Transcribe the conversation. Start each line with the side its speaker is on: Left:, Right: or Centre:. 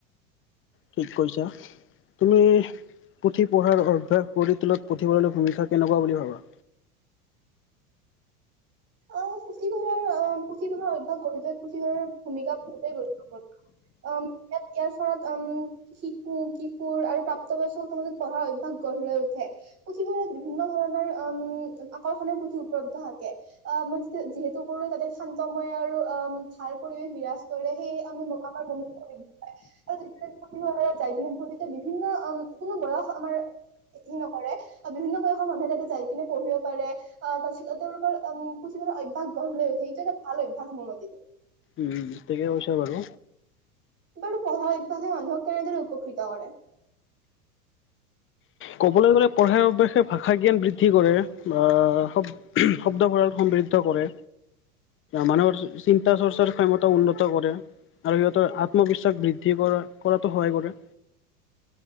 Left: ঠিক কৈছা। তুমি পুথি পঢ়াৰ অভ্যাস গঢ়ি তোলাত, পুথিভঁৰাললৈ ভূমিকা কেনেকুৱা বুলি ভাবা?
Right: অ', পুথিভঁৰালৰ অ, পুথিভঁৰালৰ অভ্যাস গঢ়ি তোলাত পুথিভঁৰালৰ ভূমিকা বহুতেই গুৰুত্বপূৰ্ণ। অ', ইয়াত ফলত উম শিশু, কিশোৰ আৰু প্ৰাপ্তবয়স্কৰ মাজত পঢ়াৰ অভ্যস গঢ় লৈ উঠে। পুথিভঁৰালত বিভিন্ন ধৰণৰ উম আকৰ্ষণীয় পুথি উপলব্ধ থাকে। অ', মই যিহেতু কলোঁ তাতে শান্তময় আৰু ভাল পৰিৱেশ বিৰাজ কৰে সেই আমাৰ <unintelligible> আৰু যেতিয়া পুথিভঁৰালত যাই কিনে বিভিন্ন কোনো বয়স আমাৰ ই নকৰে, বিভিন্ন বয়সৰ মানুহে তাতে যাই পিনে পঢ়িব পাৰে, আহ তাৰ পিছত তেওঁলোকৰ উম পুথি পঢ়াৰ অভ্যাস গঢ় লৈ উঠে। এইটো এটা ভাল অভাস মতে।
Left: উম, ঠিকে কৈছা বাৰু।
Right: বাৰু পঢ়া অভ্যাসে মানুহক কেনেদৰে উপকৃত কৰে?
Left: ক'বলৈ গ'লে, পঢ়াই অভাসে ভাষা জ্ঞান বৃদ্ধি কৰে আহ শব্দ ভঁৰাল সমৃদ্ধ কৰে। মানুহৰ চিন্তা চৰ্চাৰ ক্ষমতা উন্নত কৰে। আৰু সিহঁতৰ আত্মবিশ্বাস বৃদ্ধি কৰা কৰাতো সহায় কৰে।